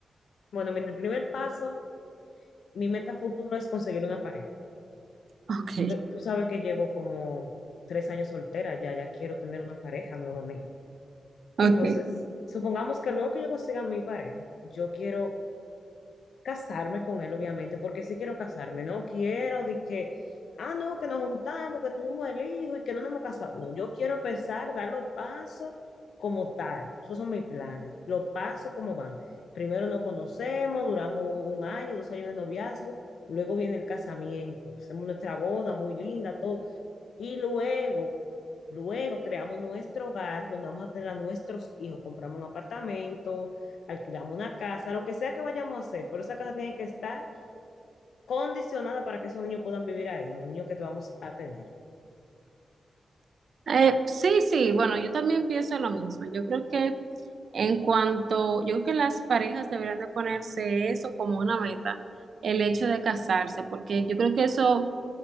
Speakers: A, on the left; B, on the right.
A: Bueno, mira, el primer paso, mi meta a futuro es conseguir una pareja.
B: Ok,
A: Eh, Tú sabes que llevo como tres años soltera ya, ya quiero tener una pareja nuevamente.
B: <laughs>
A: Entonces,
B: ok.
A: supongamos que luego que yo consiga mi pareja, yo quiero casarme con él, obviamente, porque sí quiero casarme. No quiero de que, ah, no, que nos juntamos, que tuvimos el hijo y que no nos hemos casado. No, yo quiero empezar, dar los pasos como tal. Esos son mis planes, los pasos como van. Primero nos conocemos, duramos un año, dos años de noviazgo, luego viene el casamiento. Hacemos nuestra boda muy linda, todo y luego, luego creamos nuestro hogar donde vamos a tener a nuestros hijos. Compramos un apartamento, alquilamos una casa, lo que sea que vayamos a hacer. Pero esa casa tiene que estar condicionada para que esos niños puedan vivir ahí, los niños que vamos a tener.
B: Eh, sí, sí, bueno, yo también pienso lo mismo. Yo creo que en cuanto, yo creo que las parejas deberían de ponerse eso como una meta, el hecho de casarse, porque yo creo que eso